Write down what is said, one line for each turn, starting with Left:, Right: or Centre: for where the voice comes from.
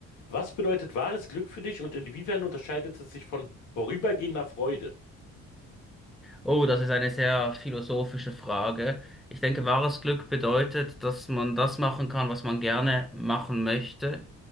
Left: Was bedeutet wahres Glück für dich und inwiefern unterscheidet es sich von vorübergehender Freude?
Centre: Oh, das ist eine sehr philosophische Frage. Ich denke, wahres Glück bedeutet, dass man das machen kann, was man gerne machen möchte.